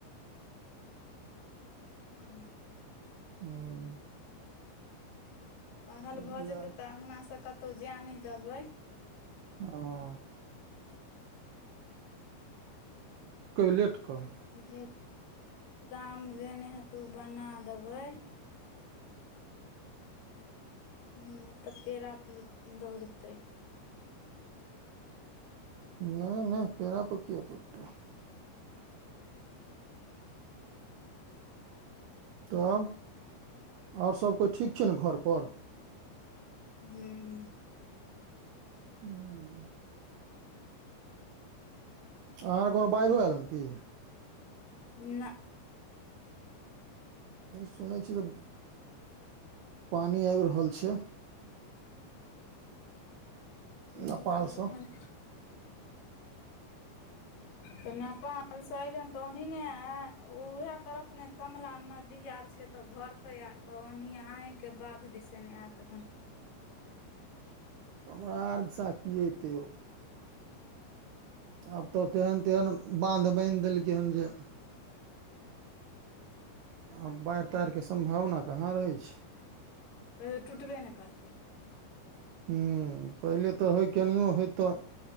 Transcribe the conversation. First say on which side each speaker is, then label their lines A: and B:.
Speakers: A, on the left; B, on the right.
A: हूॅं।
B: हूँ।
A: पढ़ल भऽ
B: धिया
A: जेतै तऽ अंगनासँ कतो जाय नहि देबै।
B: हॅं। कहि लेट कऽ।
A: जे काम जे नहि हतै ओ बना देबै। हुं तऽ पेड़ा पर दौड़तै।
B: नहि नहि पेड़ा पर किया दोड़तेै‌। तब आओर सब कोइ ठीक छै न घरपर।
A: हूॅं।
B: हूॅं। अहाँके आर के ओन बाढ़ो एल हन कि।
A: नहि।
B: सुनै छी तऽ। पानी आबि रहल छै।
A: नहि
B: नेपालसँ
A: जेहन। तऽ नेपाल से एलै हन तऽ ओह ने उएह तरफ ने। कमला नदी आर छै, तऽ भरतै आर तऽ ओनहि अहीके बाध दिस आयत अखन।
B: हमरा आर दिसा की अतै यौ। आब तऽ तेहन -तेहन बान्ध बैन्ह देलकै हन जे आब बाइढ़-ताइढ़ के सम्भावना कहाँ रहै छै।
A: कहियो टुटबे ने करतै।
B: हूँ पहिले तऽ होइ केनिओ होइ तऽ